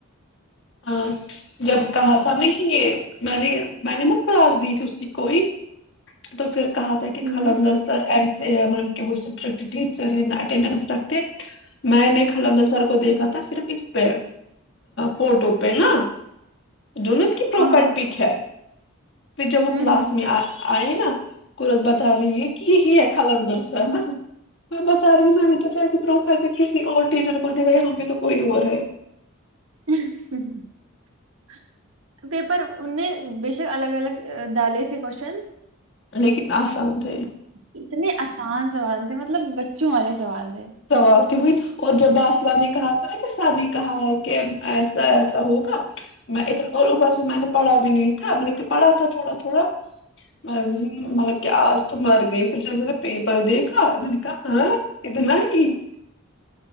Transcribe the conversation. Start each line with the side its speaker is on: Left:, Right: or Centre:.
Left: ہاں جب کہا تھا ہم نے کہ یہ میں نے میں نے متلاس دی تھی اس کی کوئی تو پھر کہا تھا کہ
Right: ہوں
Left: خلندر سر ایس وہ سٹر ٹیچر ہے اٹڈنس رکھتے میں نےل سر کو دیکھا تھا صرف اس پہ فوٹو پہ نا جونوس کی پروفائل
Right: ہاں
Left: پک ہے پھر جب وہ
Right: ہوں
Left: کلاس
Right: ہوں
Left: میں آئے نا قورت باد سر یہ کی ہی ہے خالنددر ا میں بتا رہی ہ میں نے تو چس کرا ہ کسی اور چٹیزر بول د یہاں بھی تو کوئی اور ہے
Right: <unintelligible> پیپر بے شک الگ الگ ڈالے تھے کوسچن
Left: لیکن لیکن اسان تھے
Right: اتنے آسان سوال تھے مطلب بچوں والے سوال تھے
Left: سوال ت وہ اور جب باسلہ نے کہا تھا تھڑا کس نے کہا ہے کہ ایسا ایسا ہوگا میں اھر اور اوبر سے میں نے پڑھا بھی نہیں تھا میں نے کہ پڑھا تھا تھوڑا تھوڑا مطلب کہ آج تو مر گئی پھر جب میں نے پیپر دیکھا میں نے کہا ہاں اتنا ہی ج